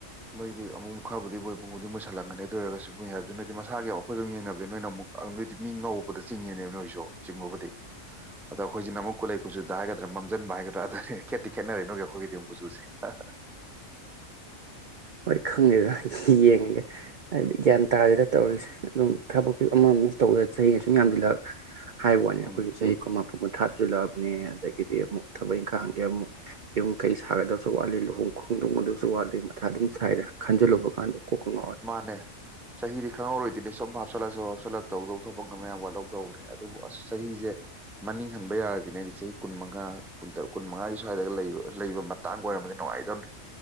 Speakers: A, in the centre; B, on the right.
A: ꯃꯣꯏꯗꯤ ꯑꯉꯣꯝ ꯈꯥꯕꯗꯤ ꯑꯣꯏꯕ ꯃꯨꯗꯤ ꯃꯨꯁꯜꯂꯝꯒꯅꯤ ꯑꯗꯨ ꯑꯣꯏꯔꯒꯁꯨ ꯃꯨꯏ ꯍꯥꯏꯕꯁꯨ ꯅꯣꯏꯗꯤ ꯃꯁꯥꯒꯤ ꯑꯩꯈꯣꯏꯒ ꯗꯨꯝ ꯌꯦꯡꯅꯕꯗ ꯅꯣꯏꯅ ꯑꯃꯨꯛ ꯅꯣꯏꯗꯤ ꯃꯤ ꯉꯧꯕꯕꯗ ꯆꯤꯡꯉꯦꯃꯦ ꯅꯣꯏꯁꯨ ꯆꯤꯡꯕꯕꯨꯗꯤ ꯑꯗ ꯑꯩꯈꯣꯏꯁꯤꯅ ꯑꯃꯨꯛ ꯀꯠꯂꯩ ꯀꯨꯆꯨꯗ ꯍꯥꯏꯒꯗ꯭ꯔꯥ ꯃꯝꯁꯤꯟꯕ ꯍꯥꯏꯒꯗ꯭ꯔꯥ ꯑꯗꯅꯦ ꯈꯦꯠꯇꯤ ꯈꯦꯠꯅꯔꯦ ꯅꯣꯏꯒꯤ ꯑꯩꯈꯣꯏꯒꯤꯗꯤ ꯑꯃꯛ ꯀꯨꯆꯨꯁꯦ ꯍꯥ ꯍꯥ
B: ꯍꯣꯏ ꯈꯪꯗꯦꯗ ꯌꯦꯡꯉꯒꯦ ꯍꯥꯏꯕꯗꯤ ꯒ꯭ꯌꯥꯟ ꯇꯥꯗꯦꯗ ꯇꯧꯔꯤꯁꯦ ꯑꯗꯨꯝ ꯊꯕꯛꯁꯨ ꯑꯃ ꯑꯃ ꯇꯧꯗ ꯆꯍꯤꯅ ꯁꯨꯝ ꯌꯥꯝꯁꯤꯜꯂꯛ ꯍꯥꯏꯕ ꯋꯥꯅꯤ ꯑꯩꯈꯣꯏꯁꯨ
A: ꯎꯝ
B: ꯆꯍꯤ ꯀꯨꯅ ꯃꯥꯄꯟ ꯃꯊꯥ ꯁꯥꯖꯤꯜꯂ ꯂꯛꯑꯕꯅꯦ ꯑꯗꯒꯤꯗꯤ ꯑꯃꯨꯛ ꯊꯕꯛ ꯏꯪꯈꯥꯡꯒꯤ ꯑꯃꯨꯛ ꯌꯨꯝ ꯀꯩ ꯁꯥꯒꯗꯕꯁꯨ ꯋꯥꯠꯂꯤ ꯂꯨꯍꯣꯡ ꯈꯣꯡꯗꯣꯡꯒꯗꯕꯁꯨ ꯋꯥꯠꯂꯤ ꯃꯊ ꯑꯗꯨꯝ ꯁꯥꯏꯗ ꯈꯟꯖꯜꯂꯨꯕ ꯀꯥꯟꯗ ꯀꯣꯛꯀ ꯉꯥꯎꯋꯦ
A: ꯃꯥꯅꯦ ꯆꯍꯤꯗꯤ ꯈꯪꯍꯧꯔꯣꯏꯗꯨꯏꯅꯦ ꯁꯣꯝ ꯍꯥꯞ ꯁꯨꯝ ꯍꯥꯞꯆꯤꯜꯂꯛ ꯍꯥꯞꯆꯜꯂꯛꯇ ꯇꯧꯗꯧ ꯊꯕꯛꯅ ꯃꯌꯥꯝ ꯋꯥꯠꯍꯧ ꯇꯧꯕꯅꯦ ꯑꯗꯨꯕꯨ ꯑꯁ ꯆꯍꯤꯁꯦ ꯃꯅꯤꯡ ꯍꯟꯕ ꯌꯥꯔꯗꯤꯅꯦꯗꯤ ꯆꯍꯤ ꯀꯨꯟꯃꯉꯥ ꯀꯨꯟꯇꯔꯨꯛ ꯀꯨꯟꯃꯉꯥꯒꯤ ꯁ꯭ꯋꯥꯏꯗꯒ ꯂꯩ ꯂꯩꯕ ꯃꯇꯥꯡ ꯑꯣꯏꯔꯝꯃꯗꯤ ꯅꯨꯡꯉꯥꯏꯗꯧꯅꯤ꯫